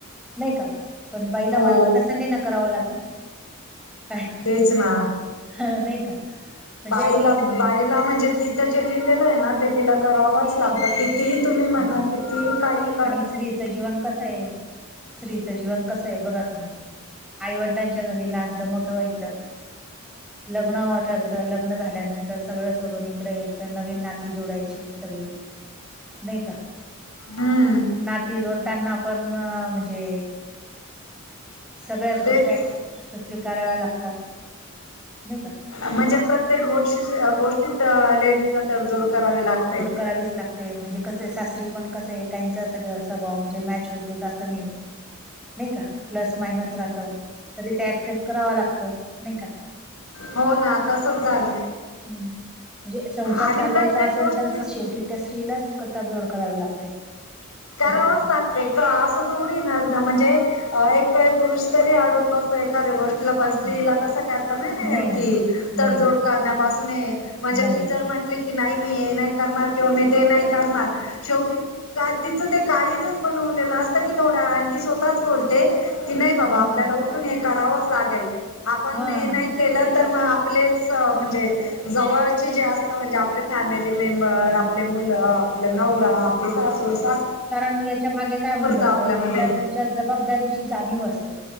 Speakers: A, in the centre; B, on the left.
A: नाहीं कां. पणं बाईला
B: हो
A: मात्रं तसं ने नं करावं लागतं. कायं
B: तेच ना
A: हं नाहीं कां म्हणजे.
B: बाईला बाईला म्हणजे तिचं जे लिहिलेलं आहे नां ते तिलां करावंच लागतं
A: हं,
B: कि ती तुम्हीं म्हणतं.
A: हं.
B: किती कांहीं.
A: आणि स्त्रीचं जीवंन कसं आहे स्त्रीचं जीवंन कसं आहे बघां तुम्हीं. आईवडिलांच्या घरी लहांनचं मोठं व्हांयचं. लग्नं ठरतं लग्नं झाल्यानंतर सगळं सोडूंन इकडें यायचं नवीन नाती जोडांयची सगळीं. नाहीं कां.
B: हम्मं.
A: नांती जोडं त्यांनां पणं म्हणजे. सगळ्यांचं गोष्टीकं
B: तेच
A: स्वीकांराव्यां लागतांत नाहीं कां.
B: म्हणजे प्रत्येक गोष्टी गोष्टींत लेडीज लां तडजोड करांवी लागते.
A: करांवीस लागते. ते म्हणजे कसं सासरी पणं कसं एक. सगळं स्वंभाव म्हणजे मॅच होतों नाहीं नाहीं कां प्लस मायनसं रा. तरी ते अऍक्सेप्ट करावं लागतं नाहीं कां.
B: हो ना तसच झालं
A: हम्मं म्हणजे संसार
B: आणि
A: चालवांयचा.
B: प्रत्येक
A: असेल
B: गोष्टीत
A: तरं शेवटी त्यां स्त्रीलांच तडजोड करांवी लागते.
B: करायचं
A: कुठे पण
B: लागते असं ते थोडी नां म्हणजे एक वेळं पुरुंष तरी अडूंन बसं तो. ते एखाद्यां गोष्टीलां पणं स्त्रीलां
A: हं.
B: तसं करतं नाहीं नां येतं
A: नाही
B: की.
A: ना
B: तडजोड
A: नाही
B: करण्यांपासून आहे म्हणजे
A: नाही
B: ती जरं. की नाहीं मी हे नाहीं करणारं किंवा मी ते नाहीं करणारं शेवटी. का तिचं ते कार्यक्रम बनवलेलं असतं की थोडां आणि ती स्वंतःचं बोलते की नाहीं बाबां
A: हं
B: आपल्यांला. हे करायचं लागेल आपणं
A: हं
B: हे नाहीं. केलं तरं मगं आपलेच म्हणजे जवळंचे जे असतं म्हणजे. आपले फॅमिली मेंबर
A: हं
B: आपले मुलं आपलां नवरां आपली सासूस.
A: कारणं यांच्या मागे कायं म्हणलं
B: आपल्यामध्ये
A: तरं तिलां. च्यां जबांबदारीची जाणीव असते